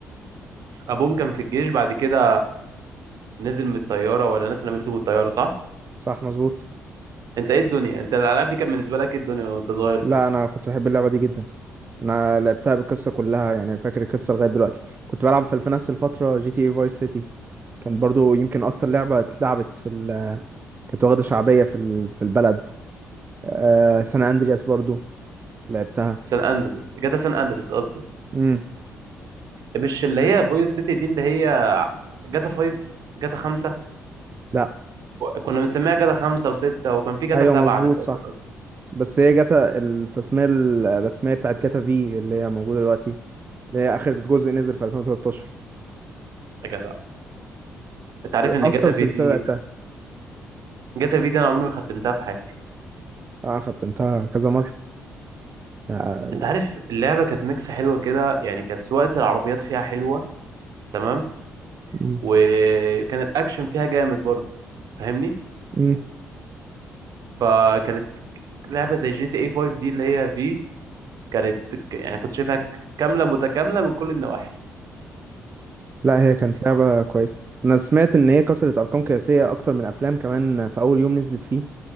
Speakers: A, on the right; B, on the right.
A: ابوهم كان في الجيش بعد كده نزل من الطيارة ولا ناس نمته من الطيارة صح
B: صح مظبوط
A: انت ايه الدنيا انت الالعاب دي كانت بالنسبة لك ايه الدنيا وانت صغير
B: لا
A: كده
B: أنا كنت بحب اللعبة دي جدا أنا لعبتها بالقصة كلها يعني فاكر القصة لغاية دلوقتي كنت بلعب في في نفس الفترة جي تي اي فايس سيتي كانت برضو يمكن أكتر لعبة اتلعبت في ال... كانت واخدة شعبية في ال... في البلد آه... سان أندرياس برضو لعبتها
A: سان اندريس جاتا سان اندريس قصدي
B: امم
A: مش اللي هي فويس سيتي دي اللي هي جاتا 5 جاتا 5
B: لا
A: كنا بنسميها جاتا 5 و6 وكان في جاتا
B: أيوة
A: 7
B: مظبوط
A: انا فاكر
B: صح
A: أصلا.
B: بس هي جاتا التسمية الرسمية بتاعت جاتا في اللي هي موجودة دلوقتي اللي هي آخر جزء نزل في 2013
A: يا جدع انت عارف ان
B: أكتر
A: جاتا
B: سلسلة
A: في دي
B: لعبتها
A: جاتا في دي انا عمري ما ختمتها في حياتي
B: أنا ختمتها كذا مرة يعني
A: انت عارف اللعبه كانت ميكس حلوه كده يعني كانت سواقه العربيات فيها حلوه تمام
B: مم.
A: وكان الاكشن فيها جامد برضه فاهمني
B: مم.
A: فكانت لعبه زي جي تي اي 5 دي اللي هي في كانت ك- يعني كنت شايفها ك- كامله متكامله من كل النواحي
B: لا هي كانت
A: الصراحه
B: لعبة كويسة أنا سمعت إن هي كسرت أرقام قياسية أكتر من أفلام كمان في أول يوم نزلت فيه